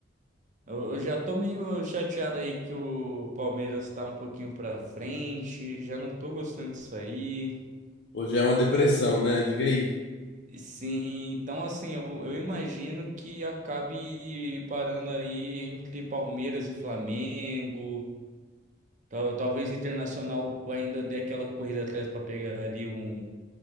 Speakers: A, on the right; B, on the left.
A: Eu, eu já tô meio chateado aí que o Palmeiras tá um pouquinho pra frente, já não tô gostando disso aí.
B: Hoje é uma depressão, né? Diga aí.
A: Sim, então assim, eu, eu imagino que acabe parando aí entre Palmeiras e Flamengo. Tal, talvez Internacional ainda dê aquela corrida atrás para pegar ali um